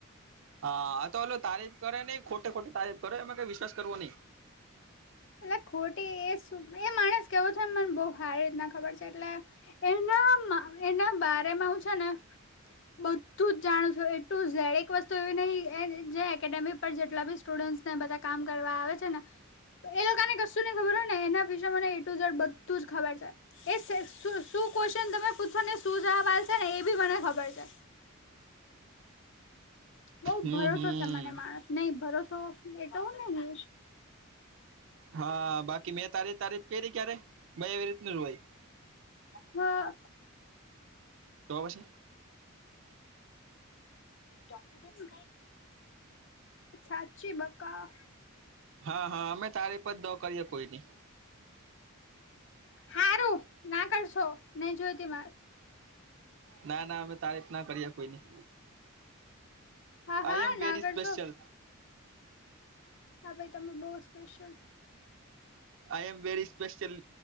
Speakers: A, on the right (about 60°); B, on the left (about 60°).
A: હા તો એેલો તારીફ કરે નહ ખોટે ખોટી તારીફ કરે એમાં કઈ વિશ્વાસ કરવો નહી.
B: એટલે ખોટી એ એ માણસ કેવો છે મને બહ સારી રીતના ખબર છે એટલે. એના એના બારે મામાં હું છે ને. બધું જ જાણું છું એટલું જ એક વસ્તુ એવી નહી જે એકેડેમી પર જેટલા બી સ્ટુડ ને બધા કામ કરવા આવે છે ને. એ લોકોને કશું નઈ ખબર હોય ને એના વિશેે મને એટુઝડ બધું જ ખબર છે. એ શું ક્વેશ્ચન તમે પૂછોને શું સવાલ છે ને એ બી મને ખબર છે. બઉ
A: હમ
B: ભરોસો
A: હમ
B: છે મને માણસ નહી ભરોસો એ તોવ નને.
A: હા બાકી મેં તારી તારી કરી ક્યારે ભાઈ એવી રીતનું ભાઈ.
B: હા.
A: તો પાશે.
B: ડોક્યુમેન્ટ ક <unintelligible> સાચી બકા.
A: હા હા અમે તારી પણ જ દો કરીએ કોઈ નની.
B: સારું ના કરશો નહી જોઈતી મારે.
A: ના ના અમે તારીફ ના કરીએ કોઈની.
B: હા
A: આઈ
B: હા
A: એમ વેરી
B: ના કરશો
A: સ્પેશલ.
B: હા, ભાઈ તમે બહુ special
A: I am very special